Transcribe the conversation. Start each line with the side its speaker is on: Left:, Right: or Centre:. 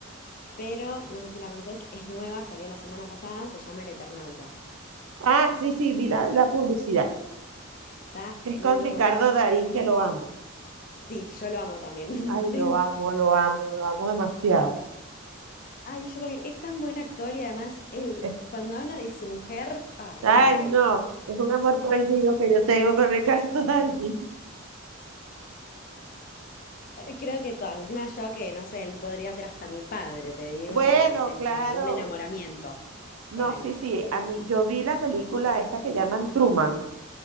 Left: Pero no sé si la conoces, es nueva, salió la semana pasada, se llama El Eternauta.
Right: Ah, sí, sí, vi la, la publicidad,
Left: Está
Right: que es
Left: muy
Right: con Ricardo
Left: buena.
Right: Darín, que lo amo.
Left: Sí, yo lo amo también. <laughs>
Right: Ay, lo amo, lo amo, lo amo demasiado.
Left: Ay, yo también. Es tan buen actor y además él,
Right: Es-
Left: cuando habla de su mujer, ah,
Right: Ay,
Left: es increíble.
Right: no, es un amor prohibido que yo tengo con Ricardo <laughs> Darín.
Left: Eh, Creo que todo. Encima yo que, no sé, él podría ser hasta mi padre, te digo,
Right: Bueno,
Left: tengo
Right: claro.
Left: un enamoramiento
Right: No,
Left: con él.
Right: sí, sí, a mí, yo vi la película esta que llaman Truman.